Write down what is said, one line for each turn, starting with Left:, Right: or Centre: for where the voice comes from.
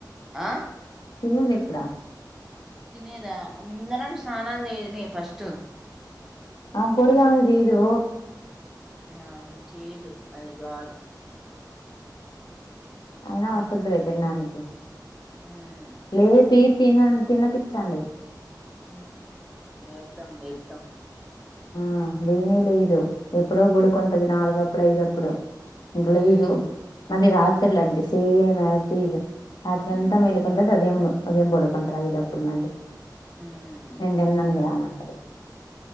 Centre: ఆ
Left: తినేదెప్పుడా
Centre: తినేదా అందనం స్నానాలు చేయనీ ఫస్టు
Left: ఆమె పొడుగామె చెయదూ
Centre: ఆమె చేయదు అది కాదు
Left: అయినా
Centre: మ్
Left: వసద్దిలే తిండానికి
Centre: మ్
Left: లేపీ తినన్ తిన పిచ్చాండి
Centre: అ లేేపుతాం లేేపుతాం
Left: ఆ లేనే లేదు ఎప్పుడో బడుకుంటది నాలుగప్పుడు అయిదప్పుడు
Centre: మ్
Left: లేదు మల్లి
Centre: మ్
Left: రాత్రిల్లంతే సేమ్ మాస్ స్క్వీసే రాత్రంతా
Centre: మ్హ్
Left: మేల్కుంటా సదివిన్ను పొద్దున్న బడుకుంటాది ఐదప్పుడు మళ్ళీ
Centre: మ్
Left: నేన్ <unintelligible> రానంటది